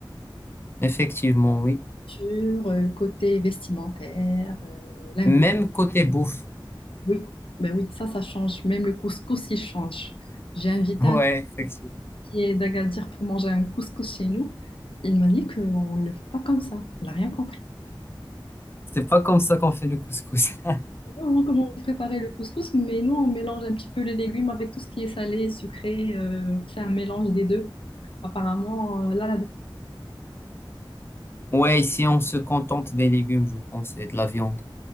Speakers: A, on the left; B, on the left.
A: Effectivement, oui.
B: Culture, euh, côté vestimentaire, euh, linguistique.
A: Même côté bouffe. <laughs>
B: Oui, ben oui, ça, ça change. Même le couscous, il change. J'ai invité
A: Ouais,
B: un
A: effectivement.
B: ami d'Agadir pour manger un couscous chez nous. Il m'a dit qu'on ne le fait pas comme ça. Il n'a rien compris.
A: C'est pas comme ça qu'on fait le couscous. <laughs>
B: vraiment comment on préparait le couscous, mais nous, on mélange un petit peu les légumes avec tout ce qui est salé, sucré. euh, on fait un mélange des deux. Apparemment, euh, là, la-
A: Ouais, ici, on se contente des légumes, je pense, et de la viande.